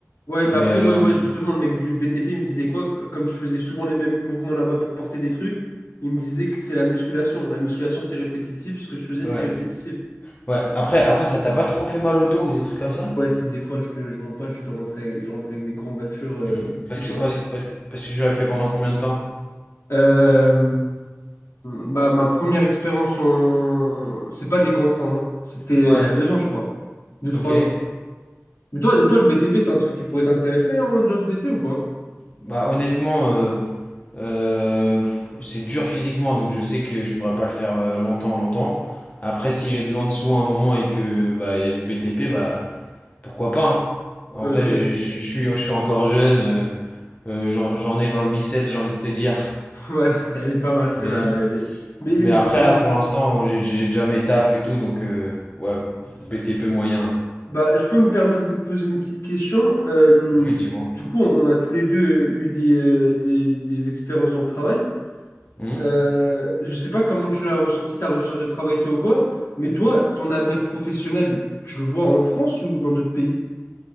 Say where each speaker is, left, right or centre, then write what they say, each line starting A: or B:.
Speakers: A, on the left; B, on the left.
A: Ouais, mais
B: Mais
A: après
B: euh,
A: ouais ouais, justement le mec du BTP, il me disait quoi? Comme je faisais souvent les mêmes mouvements là-bas pour porter des trucs, il me disait que c'est la musculation. La musculation c'est répétitif, ce que je faisais
B: ouais.
A: c'est répétitif.
B: Ouais. Après, après ça t'a pas trop fait mal au dos ou des trucs comme ça?
A: Ouais, si des fois je te, je mens pas, je te rentrais, je rentrais avec des courbatures, euh,
B: Hmm. Parce
A: tout ça.
B: que, parce que, parce que je l'ai fait pendant combien de temps?
A: Euh, bah, ma première expérience en. C'est pas des contrats, hein. C'était euh,
B: Ouais.
A: il y a deux ans, je crois. Deux, trois
B: Ok. Ouais.
A: ans. Mais toi, toi le BTP, c'est un truc qui pourrait t'intéresser en job d'été ou pas?
B: Bah honnêtement, euh, Euh, c'est dur physiquement, donc je sais que je pourrais pas le faire euh, longtemps, longtemps. Après, si j'ai besoin de sous à un moment et que bah il y a du BTP, bah pourquoi pas. hein. En
A: Ok,
B: vrai, je, je-
A: <laughs>
B: je suis, je suis encore jeune, euh, euh, j'en, j'en ai dans le biceps, j'ai envie de te dire.
A: ouais, elle est pas mal celle-là.
B: Mais,
A: Et- Mais j'ai-
B: mais après là, pour l'instant, j'ai, j'ai déjà mes tafs et tout, donc euh, ouais, BTP moyen.
A: bah, je peux me permettre de te poser une petite question. Euh,
B: Ouais, dis-moi.
A: du coup, on a tous les deux euh, eu des, euh, des, des expériences dans le travail.
B: Hmm
A: Euh, je sais pas comment tu l'as ressenti, ta recherche de travail, toi ou quoi, mais toi, ton avenir professionnel, tu le vois en France ou dans d'autres pays?